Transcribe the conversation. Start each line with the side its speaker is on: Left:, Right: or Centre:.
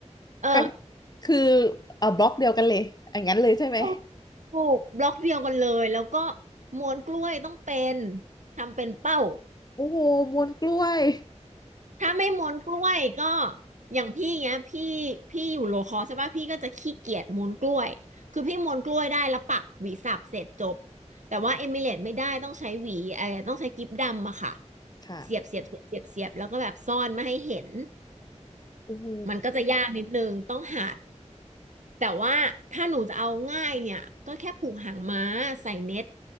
Right: <laughs> เออ
Left: ก็คือเออบล็อกเดียวกันเลยอย่างนั้นเลยใช่ไหม
Right: ถูกถูกบล็อกเดียวกันเลยแล้วก็ม้วนกล้วยต้องเป็นทำเป็นเป้า
Left: โอ้โหมวนกล้วย
Right: ถ้าไม่ม้วนกล้วยก็อย่างพี่เงี้ยพี่พี่อยู่โลคอใช่ป่ะพี่ก็จะขี้เกียจม้วนกล้วยคือพี่ม้วนกล้วยได้แล้วปักหวีสับเสร็จจบแต่ว่าเอมิเลตไม่ได้ต้องใช้หวีเออต้องใช้กิ๊บดำอะค่ะ
Left: ค่ะ
Right: เสียบเสียบเสียบเสียบเสียบแล้วก็แบบซ่อนไม่ให้เห็น
Left: โอ้โห
Right: มันก็จะยากนิดนึงต้องหัดแต่ว่าถ้าหนูจะเอาง่ายเนี่ยก็แค่ผูกหางม้าใส่เน็ต